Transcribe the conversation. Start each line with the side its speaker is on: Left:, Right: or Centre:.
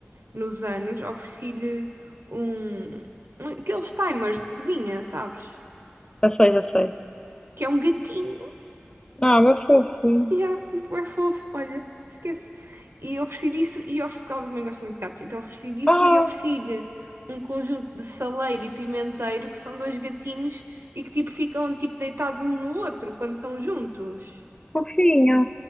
Right: nos anos, ofereci-lhe um, um- aqueles timers de cozinha, sabes?
Left: Já sei, já sei.
Right: Que é um gatinho.
Left: Ah, meu fofinho.
Right: Yeah, tipo, é fofo, olha, esquece. E ofereci-lhe isso e ofereci, porque ela também gosta muito de gatos, então ofereci-lhe isso
Left: Ah,
Right: e ofereci-lhe um conjunto de saleiro e pimenteiro, que são dois gatinhos e que tipo ficam tipo deitados um no outro quando estão juntos.
Left: fofinha.